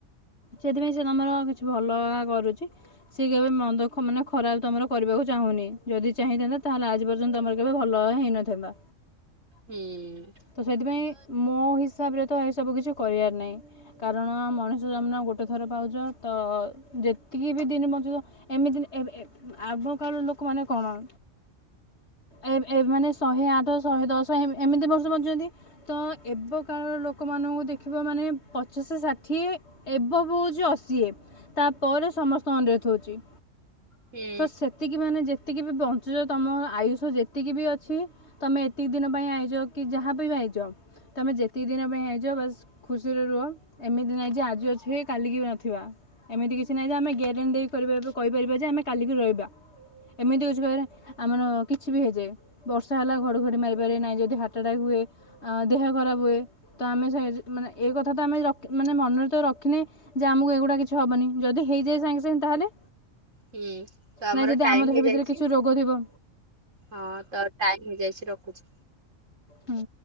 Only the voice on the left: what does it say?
ସେଥିପାଇଁ ସିଏ ତମର କିଛି ଭଲ କରୁଚି। ସିଏ କେବେ ମନ୍ଦ ଖ ମାନେ ଖରାପ ତମର କରିବାକୁ ଚାହୁଁନି ଯଦି ଚାହିଁଥାନ୍ତେ ତାହେଲେ ଆଜିପର୍ଯ ନ୍ତ ତମର କେବେ ଭଲ ହେଇନଥାନ୍ତା।
ତ ସେଥିପାଇଁ ମୋ ହିସାବରେ ତ ଏସବୁ କିଛି କରିବାର ନାଇଁ। କାରଣ ମଣିଷ ଜନ୍ମ ଗୋଟେ ଥର ପାଉଚ ତ ଯେତିକି ବି ଦିନେ ବଞ୍ଚୁଚ ଏମିତିନେ ଏବେ ଏ ଆଗକାଳର ଲୋକମାନେ କଣ ଏବ ଏବ ମାନେ ଶହେ ଆଠ, ଶହେ ଦଶ, ଏମ ଏମିତି ବର୍ଷ ବଞ୍ଚନ୍ତି। ତ ଏବ କାଳର ଲୋକମାନଙ୍କୁ ଦେଖିବ ମାନେ ପ ପଚାଶେ ଷାଠିଏ ଏବଭ ହୋଉଚି ଅଶୀ ଏ ତା ପରେ ସମସ୍ତଙ୍କ ଡେଥ୍ ହୋଉଛି।
ତ ସେତିକି ମାନେ ଯେତିକି ବି ବଞ୍ଚୁଚ ତମ ଆୟୁଷ ଯେତିକି ବି ଅଛି ତମେ ଏ ଏତିକି ଦିନ ପାଇଁ ଆଇଚ କି ଯାହା ପାଇଁ ବି ଆଇଚ ତମେ ଯେତିକି ଦିନ ପାଇଁ ଆଇଚ ବାସ୍ ଖୁସିରେ ରୁହ। ଏମିତି ନାଇଁ ଯେ ଆଜି ଅଛେ କାଲିକି ବି ନଥିବା। ଏମିତି କିଛି ନାହିଁ ଯେ ଆମେ ଗ୍ୟାରେଣ୍ଟି ଦେଇ କରିପାରିବା କହିପାରିବା ଯେ ଆମେ କାଲିକି ରହିବା। ଏମିତି ୟୁଜ୍ କଲେ ଆମର କିଛି ବି ହେଇଯାଏ। ବର୍ଷା ହେଲା ଘଡଘଡି ମାରିପାରେ ନାଇ ଯଦି ହାର୍ଟ ଆଟାକ୍ ହୁଏ ଆ ଦେହ ଖରାପ ହୁଏ ତ ଆମେ ସେ ଯେ ମାନେ ଏଇ କଥା ତ ଆମେ ଆଜି ରା ମାନେ ମନରେ ତ ରଖିନେ ଯେ ଆମକୁ ଏଗୁଡା କିଛି ହବନି ଯଦି ହେଇଯାଏ ସାଙ୍ଗେ ସାଙ୍ଗେ ତାହେଲେ
ନାଇଁ ଯଦି
ଆମ ଦେହ
ଭିତରେ କିଛି ରୋଗ ଥିବ
ହଁ।